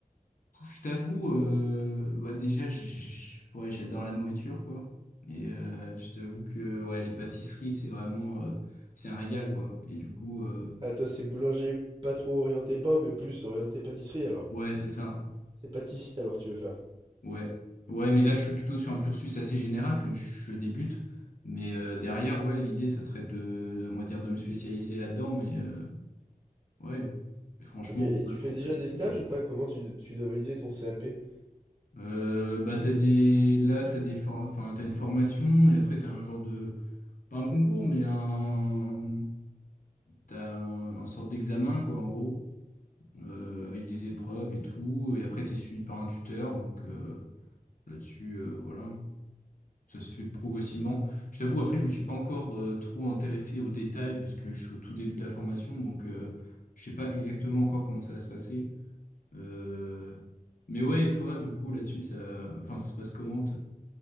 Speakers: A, on the left; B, on the right.
A: Je t'avoue, euh, bah déjà, j- j- ouais, j'adore la nourriture, quoi. Et euh, je t'avoue que ouais, les pâtisseries, c'est vraiment, euh, c'est un régal, quoi. Et du coup, euh,
B: Ah, toi, c'est boulanger pas trop orienté pain, mais plus orienté pâtisserie, alors.
A: ouais, c'est ça.
B: C'est pâtissier, alors que tu veux faire.
A: Ouais, ouais, mais là, je suis plutôt sur un cursus assez général, comme je débute. Mais euh, derrière, ouais, l'idée, ça serait de, on va dire, de me spécialiser là-dedans. Et euh, ouais, franchement,
B: Ok, et
A: ma
B: tu
A: propre
B: fais déjà
A: pâtisserie,
B: des stages
A: quoi.
B: ou pas? Comment tu, tu dois valider ton CAP?
A: Euh, bah t'as des là t'as des for- enfin t'as une formation et après t'as un genre de pas un concours, mais un, t'as un, un sorte d'examen, quoi, en gros, euh, avec des épreuves et tout. Et après, t'es suivi par un tuteur, donc euh, là-dessus, euh, voilà. Ça se fait progressivement. Je t'avoue, après, je me suis pas encore euh, trop intéressé aux détails parce que je suis au tout début de la formation, donc euh, je sais pas exactement encore comment ça va se passer. Euh, Mais ouais, et toi, du coup, là-dessus, ça, enfin, ça se passe comment?